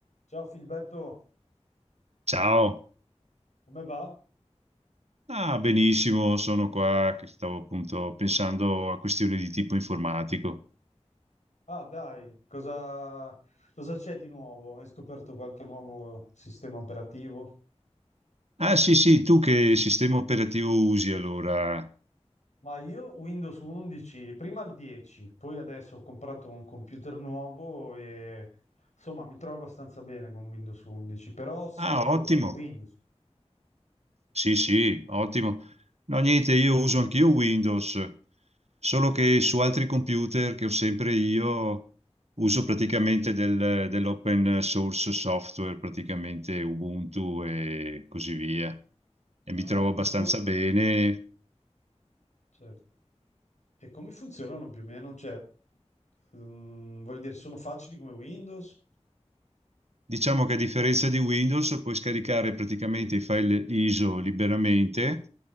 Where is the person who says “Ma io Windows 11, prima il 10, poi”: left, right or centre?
Left